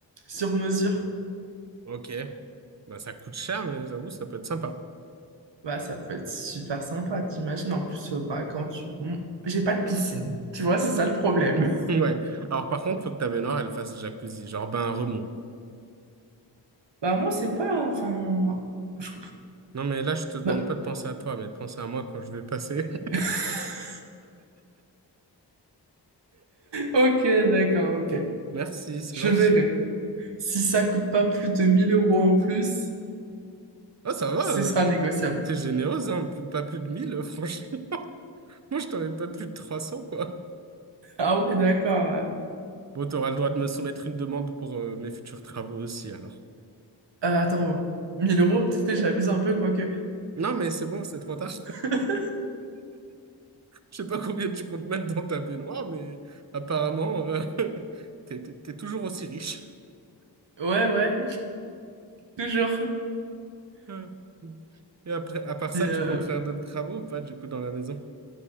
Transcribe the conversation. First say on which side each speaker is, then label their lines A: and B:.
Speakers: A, on the right; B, on the right.
A: sur mesure
B: Ok. Bah, ça coûte cher, mais j'avoue, ça peut être sympa.
A: bah ça peut être super sympa t'imagines en plus euh, bah quand tu Bon, j'ai pas de piscine tu vois c'est ça le problème
B: <laughs> Ouais. Alors, par contre, faut que ta baignoire, elle fasse jacuzzi, genre bain remous.
A: <laughs> bah moi c'est pas enfin je-
B: Non, mais là, je te demande
A: bah,
B: pas de penser à toi, mais de penser à moi quand je vais passer. <laughs>
A: <laughs> ok d'accord ok
B: Merci, c'est
A: je
B: gentil.
A: verrai si ça coûte pas plus de 1000 euros en plus
B: Ah, ça va,
A: ce
B: euh,
A: sera négociable.
B: t'es généreuse, hein, plus- pas plus de 1000 euh, franchement. <laughs> Moi, je t'aurais pas plus de 300 quoi.
A: Ah ouais, d'accord. ouais.
B: Bon, t'auras le droit de me soumettre une demande pour euh, mes futurs travaux aussi, alors.
A: Euh, attends, mille euros, peut-être que j'abuse un peu, quoique.
B: Non, mais c'est bon, c'est trop tard.
A: <laughs>
B: Je sais pas combien tu comptes mettre dans ta baignoire, mais apparemment, euh, <laughs> t'es, t'es- t'es toujours aussi riche.
A: Ouais, ouais, toujours.
B: Euh, Et après, à part ça,
A: Et, euh,
B: tu comptes faire d'autres travaux ou pas, du coup, dans la maison?